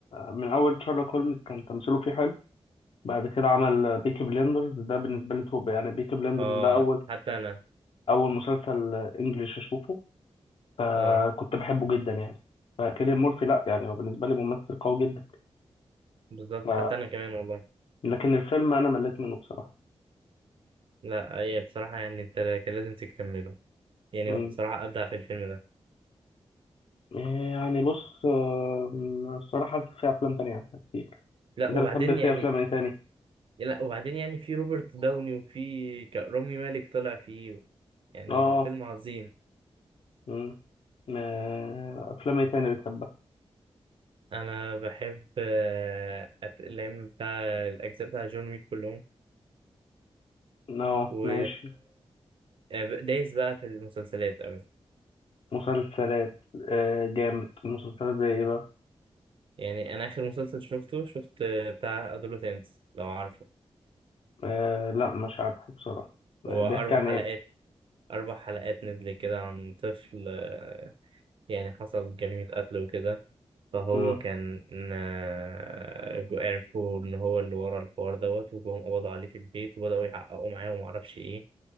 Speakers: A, on the left (about 60°); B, on the right (about 55°).
A: من اول شارلوك هولمز كان تمثيله فيه حلو بعد كده عمل بيكي بليندرز ده بالنسبه لي توب يعني بيكي بليندرز
B: اه
A: ده اول
B: حتى انا
A: اول مسلسل انجليش اشوفه فكنت
B: اه
A: بحبه جدا يعني فكيليان مورفي لا يعني هو بالنسبه لي ممثل قوي جدا
B: بالظبط
A: ف...
B: حتى انا كمان والله
A: لكن الفيلم انا مليت منه بصراحه
B: لا هي بصراحه يعني انت كان لازم تكمله يعني
A: مم.
B: هو بصراحه ابدع في الفيلم ده
A: إيه يعني بص آم، الصراحه في افلام تانية أحلى كتير
B: لا
A: انت
B: وبعدين
A: بتحب
B: يعني
A: في افلام ايه تاني
B: لا وبعدين يعني في روبرت داوني وفي ك- رامي مالك طلع فيه يعني
A: اه
B: الفيلم عظيم
A: مم. ما- افلام ايه تاني بتحبها
B: انا بحب آه، الافلام بتاع الاجزاء بتاع جون ويك كلهم
A: اه
B: و
A: ماشي
B: آه، دايس بقى في المسلسلات قوي
A: مسلسلات آه جامد مسلسلات زي ايه بقى
B: يعني انا اخر مسلسل شفته شفت آه، بتاع ادولوتنس لو عارفه
A: آه لا مش عارفه بصراحه آه
B: هو
A: بيحكي
B: اربع
A: عن
B: حلقات
A: ايه
B: اربع حلقات نزل كده عن طفل آه، يعني حصل جريمة قتل وكده فهو
A: مم.
B: كان آه، جو- عرفوا إن هو اللي ورا الحوار دوت وجم قبضوا عليه في البيت وبدأوا يحققوا معاه ومعرفش إيه